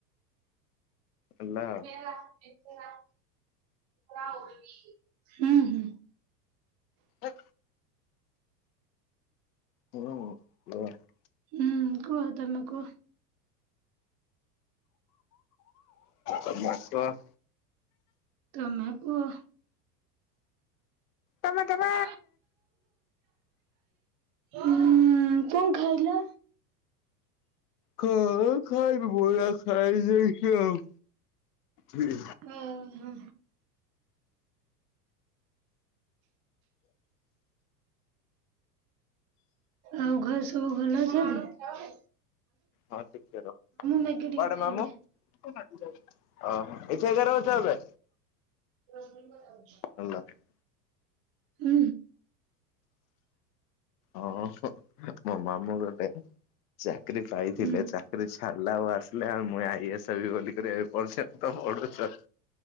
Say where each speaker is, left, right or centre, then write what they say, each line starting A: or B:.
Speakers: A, on the left; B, on the right.
A: ହେଲା
B: ତୁମେ <inaudible> ହୁଁ ହୁଁ।
A: ଏ ହ୍ୟାଲୋ <unintelligible>
B: ହୁଁ କୁହ ତମେ କୁହ।
A: ତମେ କୁହ।
B: ତମେ କୁହ।
A: ତମେ ତେମ
B: <unintelligible> ହୁଁ କଁ ଖାଇଲ?
A: କଁ ଖାଇବି ବରା ଖାଇ ଦେଇଚି ଆଉ ହୁଁ।
B: ଉଁ ହୁଁ। ଆଉ ଘରେ ସବୁ ଭଲ ଅଛତି?
A: ହଁ ଟିକେ ର କୁଆଡେ
B: ମ୍ୟାଗି ଟିକେ ଖାଇବି
A: ମାମୁଁ <inaudible> ଓହୋ। ଏଇଠେ ଏକା ରହୁଛ ଏବେ।
B: <inaudible>
A: <unintelligible>
B: ହୁଁ।
A: ହଁ <unintelligible> ମୋ ମାମୁଁ ଗୋଟେ ଚାକିରି ପାଇଥିଲେ
B: ହୁଁ
A: ଚା କିରି ଛାଡିଲେ ଆଉ ଆସିଲେ ଆଉ ମୁଇଁ ଆଇ ଏସ୍ ହେବି ବୋଲିକରି ଏ ପର୍ଯ୍ୟନ୍ତ ପଢୁଛନ୍।